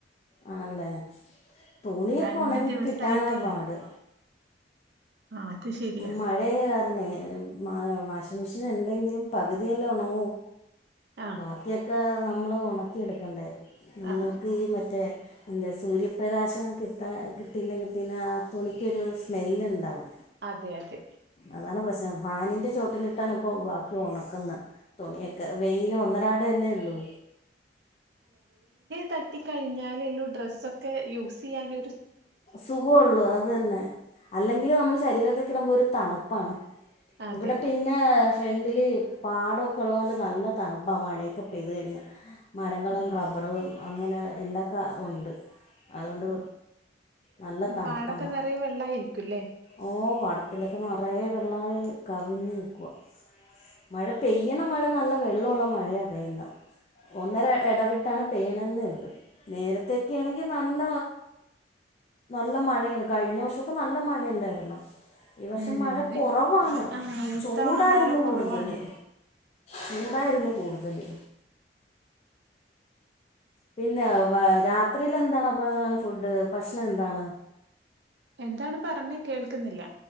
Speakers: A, on the left (about 35°); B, on the right (about 70°).
A: ആണല്ലേ തുണിയൊക്കെ
B: രണ്ട്
A: ഉണങ്ങി
B: ദിവസായിട്ടേ
A: കിട്ടാനാ പാട്.
B: ആ അത് ശരിയാ
A: മഴയ കാരണേ വാഷിംഗ മെഷീൻ ഉണ്ടെങ്കിലും പകുതിയല്ലേ ഉണങ്ങൂ..
B: ആ
A: ബാക്കിയൊക്കെ നമ്മൾ ഉണക്കിെടുക്കണ്ടേ നമ്മൾക്ക്
B: ആ
A: ഈ മറ്റേ എൻ്റെ സൂര്യപ്രകാശം കിട്ടാ കിട്ടിയില്ലെങ്കിൽ പിന്നെ ആ തുണിക്കൊരു സ്മെല്ലുണ്ടാവും.
B: അതെ അതെ.
A: അതാണ് പ്രശ്നം ഫാനിന്റെ ചുവട്ടിലിട്ടാണ് ഇപ്പോൾ ബാക്കി ഉണക്കുന്നത്. തുണിയൊക്കെ.. വെയില് ഒന്നരാട് അല്ലെ ഉള്ളു.
B: തട്ടി കഴിഞ്ഞാൽ ഡ്രസക്കെ യൂസ് ചെയ്യൻ
A: സുഖമള്ളു അത് തന്നെ അല്ലെങ്കിൽ നമ്മള് ശരീരത്തക്കെ ഇടുമ്പോൾ ഒരു തണുപ്പാണ്.
B: അതെ
A: ഇവിടെ പിന്നെ.. ഫ്രണ്ടില് പാടമൊക്കെ ഉള്ളതത് കൊണ്ട് നല്ല തണുപാ മഴയൊക്കെ പെയ്തു കഴിഞ്ഞാ മരങ്ങളും
B: ആ
A: റബ്ബറും അങ്ങനെ എല്ലാകാ ഉണ്ട്. അതുകൊണ്ട്
B: ആ
A: നല്ല തണുപ്പാണ്
B: പാടൊക്കെ നിറയ വെള്ളായിരിക്കുംല്ലേ?
A: ഓ പാടത്തിലൊക്കെ നിറയ വെള്ളമായി കവിഞ്ഞഞ് നൽക്കുവ. മഴ പെയ്യണ മഴ നല്ല വെള്ളമുള്ള മഴയാണ് പെയുന്നെ ഒന്നര ഇടവിട്ടാണ് പേയ്യണെന്നുണ്ട്. നേരത്തൊക്കെ ആണെങ്കിൽ നല്ല നല്ല മഴയാണ്. കഴിഞ്ഞ വർഷൊക്കെ നല്ല മഴയല്ലായിന്നോ? ഈ വർഷം
B: ഉം
A: മഴ കുറവാണ്.
B: ഇ ആ ഇത്തവണ
A: ചൂടായിരുന്നു
B: മഴ കുറവാണ്
A: കൂടുതല് ചൂടായിരുന്നു കൂടുതല് പിന്നെ രാത്രിൽ എന്താണ്പ്പ ഫുഡ് ഭക്ഷണം എന്താണ്?
B: എന്താണ് പറഞ്ഞേ കേൾക്കുന്നില്ല.